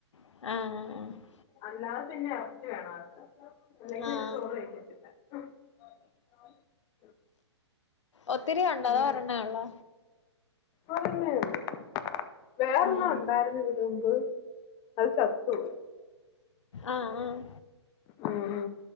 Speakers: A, on the left; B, on the left.
A: ആഹ് അഹ് അഹ്
B: അല്ലാതെ പിന്നെ എറച്ചി വേണോ അവർക്ക് അല്ലെങ്കിൽ
A: ആഹ് ആഹ്
B: പിന്നെ ചോറ് കയിക്കത്തില്ല <inaudible>
A: ഒത്തിരി ഉണ്ടോ
B: അങ്ങനെ
A: അതോ ഒരെണ്ണേ ഒള്ളോ
B: ഒരെണ്ണേ ഒള്ളൂ വേറൊണം
A: ആഹ്
B: ഉണ്ടായിരുന്നി- <unintelligible> അത് ചത്തു പോയി
A: ആഹ് ആഹ്
B: ആഹ്